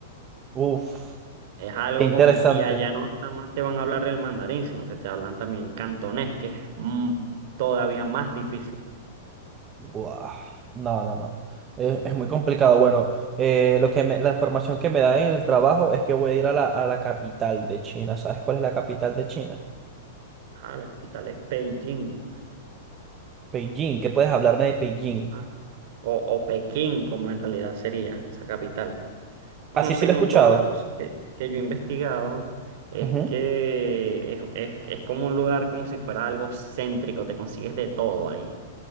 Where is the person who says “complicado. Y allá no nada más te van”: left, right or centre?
Right